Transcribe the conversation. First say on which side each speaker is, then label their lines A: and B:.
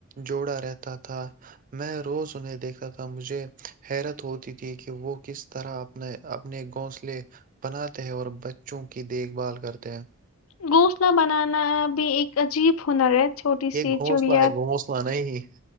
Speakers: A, on the right (about 40°); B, on the left (about 80°).
A: جوڑا رہتا تھا میں روز انہیں دیکھتا تھا مجھے حیرت ہوتی تھی کہ وہ کس طرح اپنے اپنے گھونسلے بناتے ہیں اور بچوں کی دیکھ بھال کرتے ہیں <unintelligible>
B: گھونسلہ بنانا بھی ایک عجیب ہنر ہے <unintelligible> چھوٹی
A: یہ
B: سی
A: گھونسلہ
B: چڑیا
A: ہے گھونسلہ نہیں